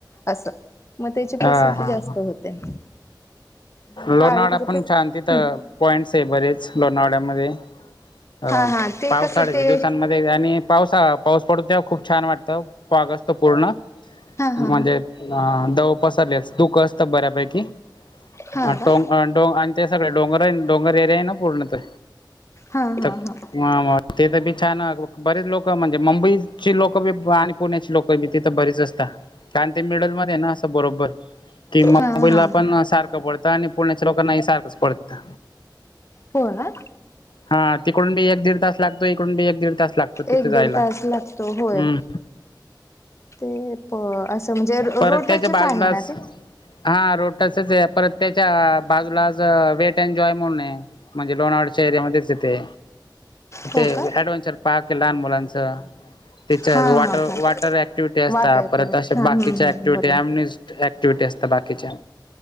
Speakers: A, on the left; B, on the left.
A: असं. मग त्याची
B: हा
A: प्रसिद्धी
B: हा
A: जास्त
B: हा
A: होते. आणि
B: लोणावळा
A: गावी कसं
B: पण
A: पीठ
B: छान तिथं
A: हम्म
B: पॉइंट्स आहे बरेच लोणावळ्यामध्ये. हो
A: हा हा ते
B: पावसाळ्याच्या
A: कसं ते
B: दिवसांमध्ये आणि पावसाळा पाऊस पडून तेव्हा खूप छान वाट थप भाग असतो पूर्ण.
A: हा
B: म्हणजे
A: हा हा
B: आ दव पसरलेच धुक असतं बऱ्यापैकी
A: हा
B: अ
A: का
B: टो अ डोंग आणि ते सगळे डोंगर आहे ना डोंगर एरिया आहे ना पूर्ण तो
A: हा हा
B: तर
A: हा
B: म म तिथे बी छान बरेच लोकं म्हणजे मुंबईची लोकबी आणि पुण्याची लोकबी तिथं बरीच असता. कारण ते मिडल मध्ये ना असं बरोबर ते मुंबईलापण
A: हा हा हा
B: सारखं पडतं आणि पुण्याच्या लोकांनाही सारखंच पडतं.
A: हो ना.
B: हा तिकडून बी एक दीड तास लागतो इकडून बी एक दीड तास लागतो तिथे
A: एक
B: जायला
A: दीड तास
B: हम्म.
A: लागतो होय ते प असं म्हणजे रोड
B: परत त्याच्या
A: टचचं
B: बाजूलाच
A: आहे ना ते.
B: हा रोट्याचंच यात्रेत त्याच्या बाजूलाच वेट ॲन्ड जॉय म्हणून हाय. म्हणजे लोणावळ्याच्या एरियामधेच येते.
A: हो
B: ते <unintelligible>
A: का
B: पार्क हाय लहान मुलांच. त्याच्या
A: हा
B: वॉटर
A: हा
B: वॉटर ऍक्टिव्हिटी असतात,
A: वाट आहे
B: परत
A: हा
B: असे बा
A: हम्म
B: किच्या
A: हम्म
B: ऍक्टिव्हिटी
A: बरोबर
B: <unintelligible> ऍक्टिव्हिटी असतात बाकीच्या.